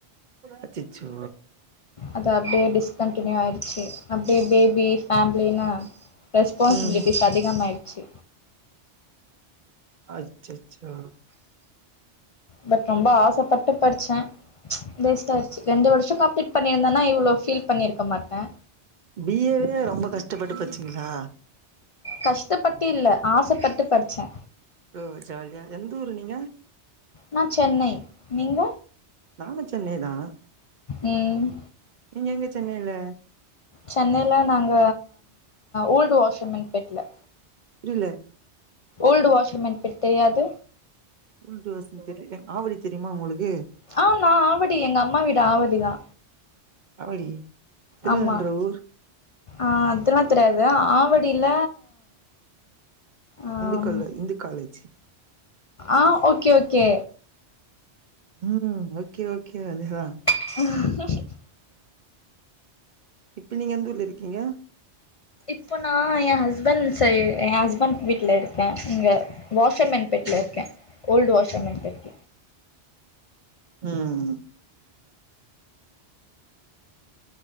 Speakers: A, on the right; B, on the left.
A: அச்சச்சோ
B: அது அப்டியே டிஸ்கண்டினியூ ஆயிடுச்சு அப்டியே பேபி ஃபேமிலினு ரெஸ்பான்சிபிலிட்டிஸ்
A: ம்
B: அதிகமாயிடுச்சு
A: அச்சச்சோ
B: பட் ரொம்ப ஆசைப்பட்டு படிச்சே வேஸ்ட் ஆயிருச்சு ரெண்டு வருஷம் நா ஃபீட் பண்ணியிருந்தனா இவ்ளோ ஃபீல் பண்ணியிருக்க மாட்டே
A: பி ஏ வே ரொம்ப கஷ்டப்பட்டு படிச்சீங்களா
B: கஷ்டப்பட்டு இல்ல ஆசைப்பட்டு படிச்சே
A: ஓ ஜால்லியா எந்த ஊரு நீங்க
B: நா சென்னை நீங்க
A: நானும் சென்னை தா
B: ம்
A: நீங்க எங்க சென்னைல
B: சென்னையில நாங்க ஓல்டு வாஷர்மென் பெட்ல
A: புரில
B: ஓல்டு வாஷர்மன் பெட் தெரியாது
A: ம்ட்டு யோசிச்சிட் இருக்கே ஆவடி தெரியுமா உங்களுக்கு
B: ஆநா ஆவடி எங்க அம்மா வீடு ஆவடிதா
A: ஆவடி திருவன்ற
B: ஆமா
A: ஊர்
B: அதெல்லா தெரியாது ஆவடில ஆ
A: இந்து
B: ஆமா
A: கால இந்து காலேஜ்
B: ஆ ஓகே ஓகே
A: ம் ஓகே ஓகே அதுதா
B: ம் <unintelligible>
A: இப்ப நீங்க எந்த ஊர்ல இருக்கீங்க
B: இப்போ நா எ ஹஸ்பண்ட் ச எ ஹஸ்பண்ட் வீட்ல இருக்கே இங்க வாஷர்மேன் பெட்ல
A: ம்
B: இருக்கே ஓல்டு வாஷர்மேன் பெட்
A: ம்